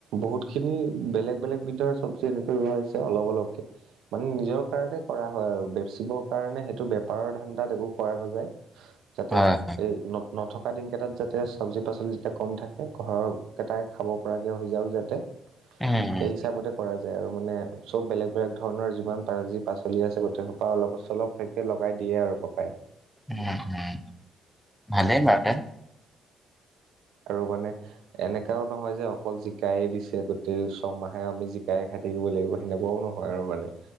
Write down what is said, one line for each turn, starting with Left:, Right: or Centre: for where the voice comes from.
Right: বহুত খিনি বেলেগ, বেলেগ বিধৰ চব্জি এনেকৈ ৰোৱা হৈছে অলপ অলপকে। মানে নিজৰ কাৰণে কৰা হয় আৰু বেচিবৰ কাৰণে সেইটো বেপাৰৰ ধানদাত একো কৰা নাযায়। যাতে
Centre: হয় হয়
Right: এই নথকা দিনকেইটাত যাতে চব্জি পাচলি, যেতিয়া কম থাকে ঘৰৰ কেইটাই খাব পৰাকৈ হৈ যাওক যাতে। এই,
Centre: উম
Right: হিচাপতে কৰা যায় আৰু মানে চব বেলেগ, বেলেগ ধৰণৰ যিমান যি পাচলি আছে গোটেই সোপা পৰা অলপ-চলপ থাকে লগাই দিয়ে আৰু পাপাই।
Centre: উম, উম, ভালে বাৰু তে
Right: আৰু মানে এনেকাও নহয় যে, অকল জিকায়ে দিছে গোতেই ছমাহে আমি জিকায় খাই থাকিব লাগিব। সেনেকুৱাও নহয় আৰু মানে,